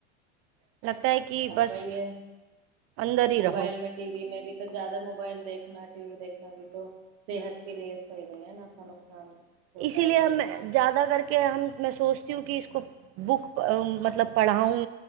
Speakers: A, on the right (about 45°); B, on the right (about 60°).
A: <unintelligible> کہ
B: ا
A: بس
B: بھائی یہ
A: اندر ہی
B: موبائل
A: رہو
B: میں ٹی وی میں بھی تو زیادہ موبائل دیکھنا ٹی وی دیکھ بھی تو صحت کے لیے صحیح نہیں ہے ناا نقصان <unintelligible> ہوتا
A: اسی
B: ہے
A: لیے
B: پھر
A: ہم
B: اس چیز
A: زیادہ
B: سے
A: کر کے ہم میں سوچتی ہوں کہ اس کو کو بک مطلب پڑھاؤں